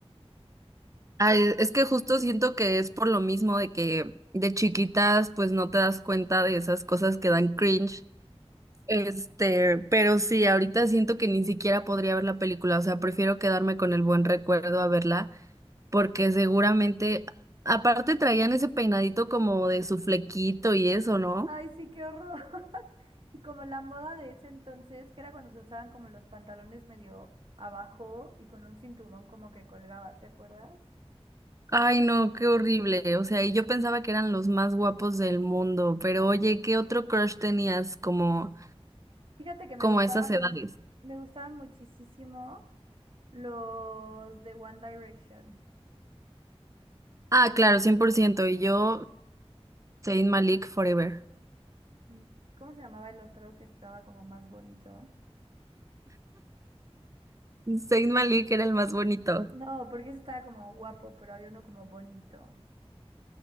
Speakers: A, on the right; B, on the right.
A: Ay, es que justo siento que es por lo mismo de que de chiquitas, pues no te das cuenta de esas cosas que dan cringe Este, pero sí, ahorita siento que ni siquiera podría ver la película, o sea, prefiero quedarme con el buen recuerdo a verla, porque seguramente, aparte traían ese peinadito como de su flequito y eso, ¿no?
B: Ay, sí, qué horror. <laughs> Y como la moda de ese entonces, que era cuando se usaban como los pantalones medio abajo y con un cinturón como que colgaba, ¿te acuerdas?
A: Ay, no, qué horrible, o sea, y yo pensaba que eran los más guapos del mundo, pero oye, ¿qué otro crush tenías como,
B: Fíjate que me
A: como
B: gustaba
A: a esas
B: mu-
A: edades?
B: me gustaban muchísimo. Los de One Direction.
A: Ah, claro, 100%, y yo, Zayn Malik Forever.
B: Mm, ¿Cómo se llamaba el otro que estaba como más bonito?
A: Zayn Malik era el más bonito.
B: No, porque ese estaba como guapo, pero había uno como bonito.